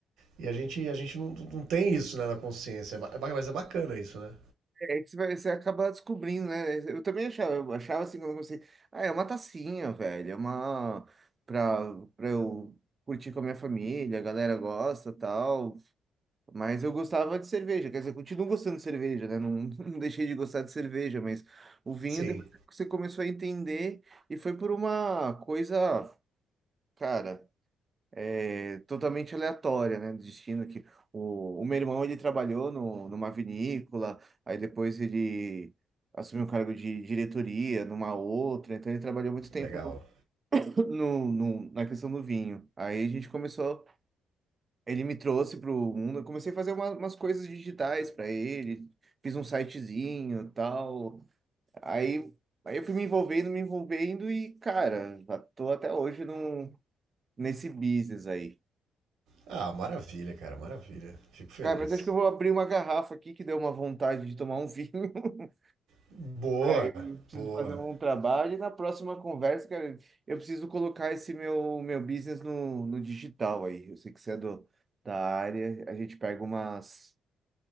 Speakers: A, on the right (about 80°); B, on the right (about 35°).
A: E a gente, a gente não, não tem isso né, na consciência. É ba- Mas é bacana isso, né?
B: É que você vai- você acaba descobrindo, né? Eu também achava, eu achava assim quando eu comecei, ah, é uma tacinha, velho, é uma pra, pra eu curtir com a minha família, a galera gosta, tal. Mas eu gostava de cerveja, quer dizer, eu continuo gostando de cerveja, né? Não, <laughs> não deixei de gostar de cerveja, mas o vinho
A: Sim,
B: depois que você começou a entender e foi por uma coisa, cara. É totalmente aleatória, né? Do destino que o, o meu irmão ele trabalhou no, numa vinícola, aí depois ele assumiu um cargo de diretoria numa outra, então ele trabalhou muito tempo
A: legal.
B: no, <coughs> no, no- na questão do vinho. Aí a gente começou, ele me trouxe para o mundo, eu comecei a fazer uma- umas coisas digitais para ele, fiz um sitezinho, tal. Aí Aí eu fui me envolvendo, me envolvendo e, cara, já tô até hoje num, nesse business aí.
A: Ah, maravilha, cara, maravilha. Fico feliz.
B: Cara, mas acho que eu vou abrir uma garrafa aqui que deu uma vontade de tomar um vinho. <laughs>
A: Boa,
B: E Preciso
A: boa.
B: fazer um trabalho. E na próxima conversa, cara, eu preciso colocar esse meu, meu business no, no digital aí. Eu sei que você é do, da área. A gente pega umas,